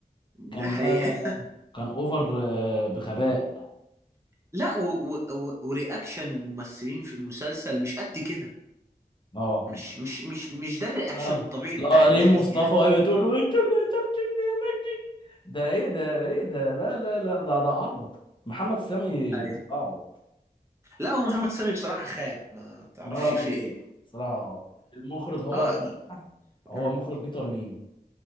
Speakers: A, on the right; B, on the left.
A: ده
B: كان
A: حقيقة
B: لا لا لا لا. كان اوفر آه، بغباء
A: لا و... و... و... ورياكشن الممثلين في المسلسل مش قد كده
B: اه
A: مش مش مش مش ده الرياكشن
B: اه
A: الطبيعي
B: لا
A: بتاع الناس
B: ريم مصطفى
A: يعني
B: وهي بتقول وانت اللي قتلت ابني يا مجدي ده ايه ده ايه ده لا لا لا ده ده عبط محمد سامي
A: ايوه
B: بيستعبط
A: لا هو محمد سامي بصراحة خاب ما تعرفش
B: اه
A: فيه ايه
B: صراحة اه المخرج هو
A: اه
B: هو
A: مم.
B: مخرج بيتر ميمي